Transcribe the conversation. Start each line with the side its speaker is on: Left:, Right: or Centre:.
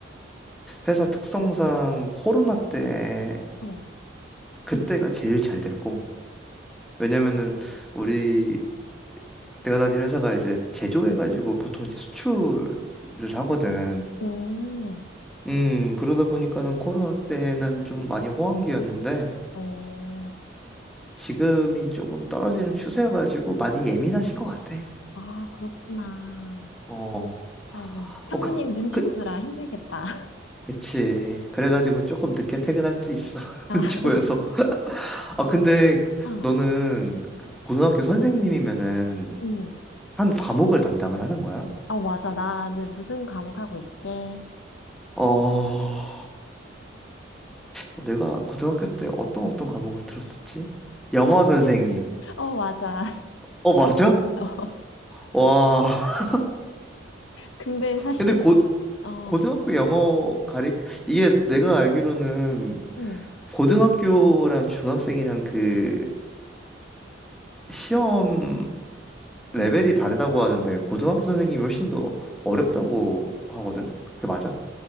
Centre: 회사 특성상 코로나 때
Left: 어,
Centre: 그때가 제일 잘 됐고 왜냐면은 우리 내가 다니는 회사가 이제 제조해가지고 보통 이제 수출을 하거든.
Left: 음,
Centre: 음, 그러다 보니까는 코로나 때는 좀 많이 호황기였는데
Left: 어,
Centre: 지금이 조금 떨어지는 추세여가지고 많이 예민하신 것 같아.
Left: 아, 그렇구나.
Centre: 어,
Left: 아이고, 상무님
Centre: 어, 그,
Left: 눈치
Centre: 그,
Left: 보느라 힘들겠다.
Centre: 그치. 그래가지고 조금 늦게 퇴근할 수도 있어. <laughs>
Left: <laughs> 아,
Centre: 눈치 보여서. 아, 근데
Left: 응,
Centre: 너는 그 고등학교 선생님이면은
Left: 응.
Centre: 한 과목을 담당을 하는 거야?
Left: 아, 맞아. 나는 무슨 과목 하고 있게?
Centre: 어, 어, 내가 고등학교 때 어떤 어떤 과목을 들었었지? 영어 선생님.
Left: 어, 맞아.
Centre: 어, 맞아?
Left: <laughs> 어,
Centre: 와. <laughs>
Left: 근데 사실,
Centre: 근데 고,
Left: 어,
Centre: 고등학교 영어 가리, 이게 내가 알기로는
Left: 응,
Centre: 고등학교랑 중학생이랑 그 시험 레벨이
Left: 응.
Centre: 다르다고 하는데 고등학교 선생님이 훨씬 더 어렵다고 하거든? 그게 맞아?